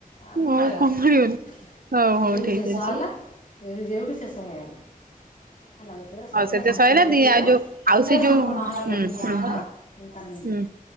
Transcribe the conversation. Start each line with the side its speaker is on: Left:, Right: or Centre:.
Left: ଆଗକୁ
Right: ଆଉ
Left: ମାଡ଼ିବ
Right: କଣ
Left: କଥା
Right: କରିବନି ହଉ ହଉ
Left: ଏଉଠୁ
Right: ଠିକ
Left: ଶେଷ
Right: ଅଛି।
Left: ହେଲା। ଏ ଯେଉଠୁ ଶେଷ ହେଇଗଲା ହେଲା। ଏତିକିରେ ଶଇଲା
Right: ହଉ ସେତ
Left: ସମ୍ପୂର୍ଣ୍ଣ
Right: ସଇଲା ଦି
Left: ଏତିକରେ
Right: ଆଉ ଯୋଉ ଆଉ
Left: ଏତିକରେ
Right: ସେ ଯୋଉ
Left: ସମ୍ପୂର୍ଣ୍ଣ
Right: ହୁଁ
Left: ହେଲା ଲକ୍ଷ୍ମୀ
Right: ହୁଁ
Left: ପୁରାଣର ତା ନିୟମ।
Right: ହୁଁ।